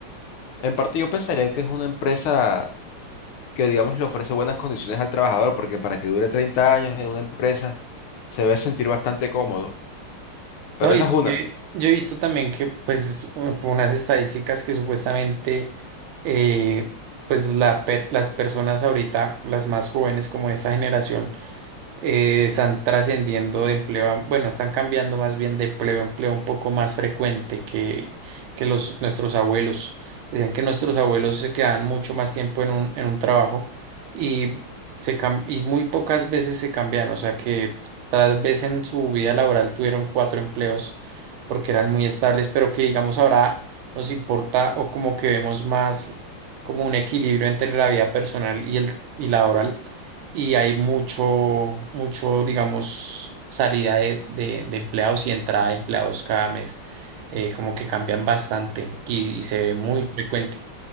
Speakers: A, on the left (about 80°); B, on the right (about 75°).
A: en parte yo pensaría que es una empresa que, digamos, le ofrece buenas condiciones al trabajador, porque para que dure 30 años en una empresa se debe sentir bastante cómodo. Pero
B: No, y
A: esa
B: es
A: es una.
B: que yo he visto también que pues un- como unas estadísticas que supuestamente eh, pues la per- las personas ahorita, las más jóvenes como de esta generación, eh, están trascendiendo de empleo, a- bueno, están cambiando más bien de empleo a empleo un poco más frecuente que, que los, nuestros abuelos. Decían que nuestros abuelos se quedaban mucho más tiempo en un, en un trabajo y, se, cam- y muy pocas veces se cambian, o sea que tal vez en su vida laboral tuvieron cuatro empleos porque eran muy estables, pero que digamos ahora nos importa o como que vemos más como un equilibrio entre la vida personal y, el, y laboral y hay mucho, mucho, digamos, salida de, de- de empleados y entrada de empleados cada mes. Eh, como que cambian bastante y, y se ve muy frecuente.